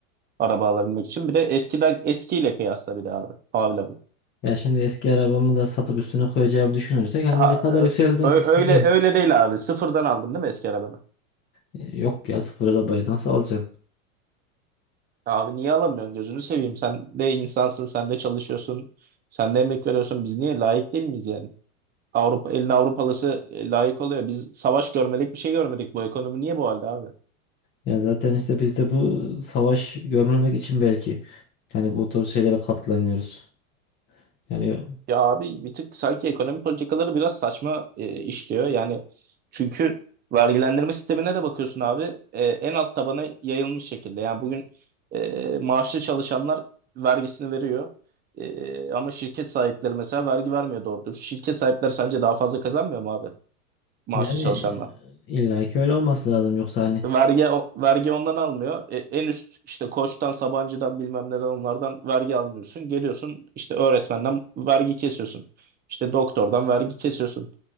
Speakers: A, on the right; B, on the left.
A: araba alabilmek için? Bir de eskiden eskiyle kıyasla bir de abi. Abi, abi.
B: Ya şimdi eski arabamı da satıp üstüne koyacağımı düşünürsek hani
A: Ha,
B: ne kadar
A: ö-
B: yükselmek
A: ö-
B: istediğim
A: öyle öyle değil abi. Sıfırdan aldın değil mi eski arabanı?
B: E, yok ya sıfır arabayı nasıl alacaksın?
A: Abi niye alamıyorsun? Gözünü seveyim. Sen de insansın, sen de çalışıyorsun, sen de emek veriyorsun. Biz niye layık değil miyiz yani? Avrupa, elin Avrupalısı e, layık oluyor. Biz savaş görmedik, bir şey görmedik. Bu ekonomi niye bu halde abi?
B: Ya zaten işte biz de bu savaş görmemek için belki yani bu tür şeylere katlanıyoruz. Yani
A: Ya abi bir tık sanki ekonomi politikaları biraz saçma e, işliyor. Yani çünkü vergilendirme sistemine de bakıyorsun abi e, en alt tabana yayılmış şekilde. Yani bugün e, maaşlı çalışanlar vergisini veriyor. E, ama şirket sahipleri mesela vergi vermiyor doğru. dürüst. Şirket sahipleri sence daha fazla kazanmıyor mu abi maaşlı
B: yani
A: çalışanlar?
B: e, illa ki öyle olması lazım yoksa hani
A: Vergi vergi ondan almıyor. E, en üst işte Koç'tan, Sabancı'dan bilmem neden onlardan vergi almıyorsun. Geliyorsun işte öğretmenden vergi kesiyorsun. İşte doktordan vergi kesiyorsun.